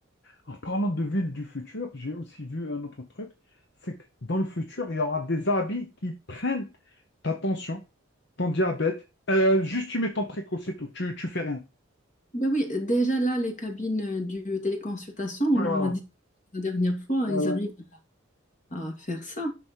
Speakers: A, on the left; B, on the left.
A: En parlant de villes du futur, j'ai aussi vu un autre truc, c'est que dans le futur, il y aura des habits qui prennent ta tension, ton diabète. Euh, juste tu mets ton préco, c'est tout, tu, tu fais rien.
B: Ben oui, déjà là, les cabines euh, du euh, téléconsultation, on
A: Ouais,
B: en
A: voilà.
B: a dit la dernière fois,
A: Voilà.
B: ils arrivent à faire ça.